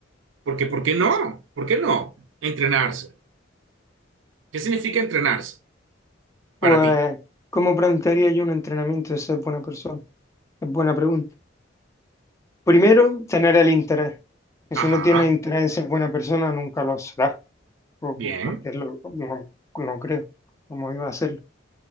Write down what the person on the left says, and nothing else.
Pues,
¿cómo plantearía yo un entrenamiento de ser buena persona? Es buena pregunta. Primero, tener el interés. Que
si no tienes interés en ser buena persona, nunca lo serás. po-
po- Porque lo, no, no creo cómo iba a hacerlo.